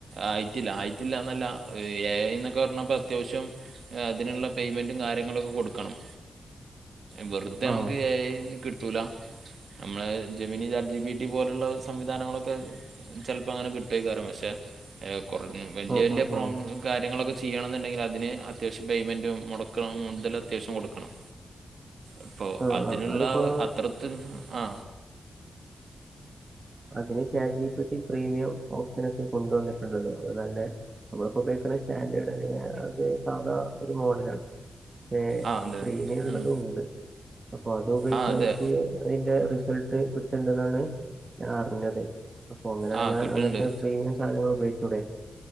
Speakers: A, on the right; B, on the right.
A: ആയിറ്റില്ല ആയിട്ടില്ല എന്നല്ല ഏ. ഐ ന്നൊക്കെ പറഞ്ഞപ്പ അത്യാവശ്യം- അതിനുള്ള പേയ്മെൻറും കാര്യങ്ങളൊക്കെ കൊടുക്കണം.
B: <inaudible>
A: വെറുതെ നമുക്ക്
B: ആഹ്
A: എ ഐ കിട്ടൂല. നമ്മളെ Gemini chat G P T പോലുള്ള സംവിധാനങ്ങളൊക്കെ ചിലപ്പോ അങ്ങനെ കിട്ടും. റ പക്ഷെ കുറ വല്ലിയ
B: ഓ
A: വല്ലിയ
B: ഓ
A: പ്രോബ-
B: ഓ
A: കാര്യങ്ങളൊക്കെ ചെയ്യണംന്നുണ്ടെങ്കിൽ അതിന് അത്യാവ്യം പേയ്മെന്ററ് മുടക്കണം മുതൽ അത്വശ്യം കൊടുക്കണം.
B: <inaudible>
A: അപ്പൊ
B: ആഹ്
A: അതിനുള്ള
B: ആഹ് അതിപ്പോ
A: അത്രത്തിൽ ആ.
B: അതിന് chat G P T premium ഓപ്ഷനൊക്കെ കൊണ്ട് വന്നിട്ടുണ്ടല്ലോ. അത് നല്ല- നമ്മളിപ്പോപയോഗക്കണ് സ്റ്റാൻഡേഡ് അല്ലെങ്കിൽ അത് സാധാ ഒരു മോഡലാണ്. പക്ഷേ
A: ആ അതെ
B: പ്രീമിയുള്ളതും
A: അതെ ഉം.
B: ഉണ്ട്. അപ്പൊ അതും ഉപയോഗിക്ക്ണോൽക്ക്
A: ആഹ് അതെ
B: അതിന്റെ റിസൾട്ട് കിട്ടുണ്ട്ന്നാണ് ഞാൻ അറിഞ്ഞത്. അപ്പൊ അങ്ങനെയാണെങ്ങെ
A: ആഹ് കിട്ട്ണ്ട്
B: അങ്ങനത്തെ പ്രീമിയം സധനങ്ങൾ ഉപയോഗിച്ചൂടെ?